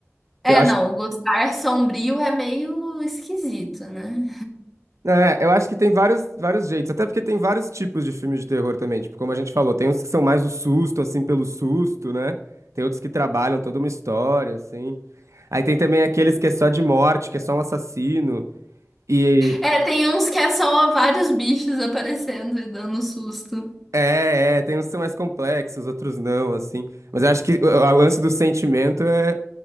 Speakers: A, in the centre; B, on the right.
A: É,
B: Eu acho
A: não, o gostar sombrio é meio esquisito, né?
B: É, eu acho que tem vários, vários jeitos, até porque tem vários tipos de filmes de terror também. Tipo, como a gente falou, tem uns que são mais o susto, assim, pelo susto, né? Tem outros que trabalham toda uma história, assim. Aí tem também aqueles que é só de morte, que é só um assassino. E
A: É, tem uns que é só vários bichos aparecendo e dando susto.
B: é, é, tem uns que são mais complexos, outros não, assim. Mas eu acho que o, o lance do sentimento é,